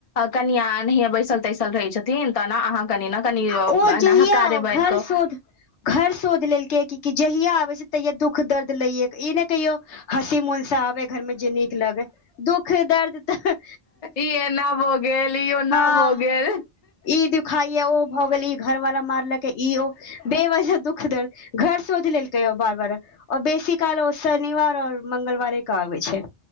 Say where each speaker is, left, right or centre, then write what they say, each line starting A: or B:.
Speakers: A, on the left (about 35°); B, on the left (about 75°).
A: कनिया एनाहिये बैसल- तैसल रहै छथिन, तऽने अहाँ कनि न कनीयौ
B: ओ जहिया
A: हकार
B: घर
A: बाइरक।
B: शोध घर सोध लेलकै। की जहिया आबे छै तहिया दुख दर्द लईये क इनै कहियो हँसी मनस आबे घरमें जे नीक लगय। दुःख दर्द त
A: ई एना भऽ गेल, ई ओना
B: हँ
A: भऽ गेल
B: ई दुखाइयै, ओ भऽ गेल, ई घरवला मारलकै ई- ओ बेवजह दुःख -दर्द। घर सोध लेलकै, उ बार- बार। ओ बेसी काल ओ शनिवार और मंगलवारे के आबै छै